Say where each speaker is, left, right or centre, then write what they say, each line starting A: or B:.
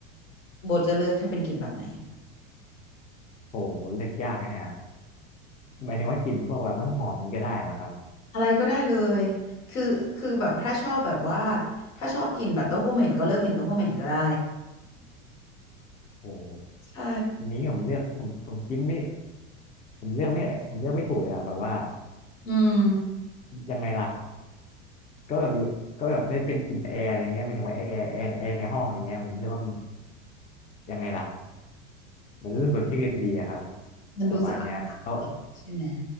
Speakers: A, on the left; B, on the left.
A: โบจะเลือกให้เป็นกลิ่นแบบไหน
B: โหเลือกยากนะเนี่ยหมายถึงว่ากลิ่นพวกแบบน้ำหอมนี้ก็ได้เหรอครับ
A: อะไรก็ได้เลยคือคือแบบถ้าชอบแบบว่าถ้าชอบกินแบบเต้าหู้เหม็นก็เลิกกินเต้าหู้เหม็นก็ได้
B: โห
A: ใช่
B: อันนี้ผมเลือกผมผมคิดไม่ผมเลือกไม่ผมเลือกไม่ถูกเลยอ่ะแบบว่า
A: อืม
B: ยังไงล่ะ ก็แบบอยู่ก็แบบได้เป็นกลิ่นแอร์อะไรเงี้ยหมายถึงว่าแอร์แอร์แอร์ในห้องอะไรเงี้ยผมรู้สึกว่ามันยังไงล่ะมันรู้สึกสดชื่นดีอะครับ
A: มันดูสะอาด
B: ประมาณเนี้ยแล้ว
A: ใช่ไหม